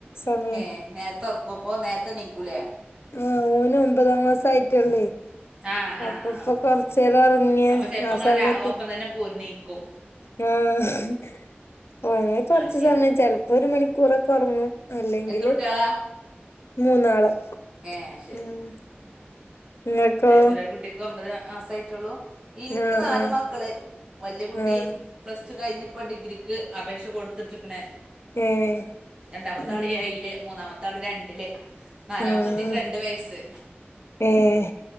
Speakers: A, on the left; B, on the right.
A: സമയ
B: ഹെ നേരതേ ഒർ കുപ്പോ നേരത്തെ ഏനീക്കൂല്ലേ
A: ആഹ് ഓന് ഒമ്പതാം മാസം ആയിട്ടുള്ളേ
B: ആ ആ
A: അപ്പൊപ്പക്കൊചരോറിങ്ങ
B: ആ ആ ആ അപ്പൊ ചെലപ്പോ
A: ആ
B: ഇങ്ങള്
A: സമയത്ത്
B: രാ ഒപ്പം തന്നെ പോരുന്നീക്കും
A: ഉം ഹ് ഓന് കൊറച്ച്
B: ആ ശരി
A: സമയം ചെലപ്പോ ഒരു മണിക്കൂറൊക്കെ ഒറങ്ങും അല്ലെങ്കില്
B: എത്ര കുട്ടികളാ
A: മൂന്നാള്
B: ഏഹ് ശരി
A: ഉം
B: ഉം
A: ഇങ്ങക്കോ
B: ചെറിയേ കുട്ടിക്ക് ഒമ്പത് മാസ ആയിട്ടോള്ളൂ ഇനിക്ക്
A: ആഹ്
B: നാല്
A: ആഹ്
B: മക്കള് വല്യ കുട്ടി
A: ആഹ്
B: പ്ലസ് ടു കഴിഞ്ഞ് ഇപ്പോ ഡിഗ്രിക്ക് അപേക്ഷ കൊടുത്ത്ട്ട്ക്ക്ണ്.
A: ഏഹ്
B: രണ്ടാമത്തെ
A: ഉം
B: ആള് ഏയില് മൂന്നാമത്തെ ആള് രണ്ടില് നാലാമ
A: ആഹ്
B: രണ്ട് വയസ്സ്
A: ഏഹ്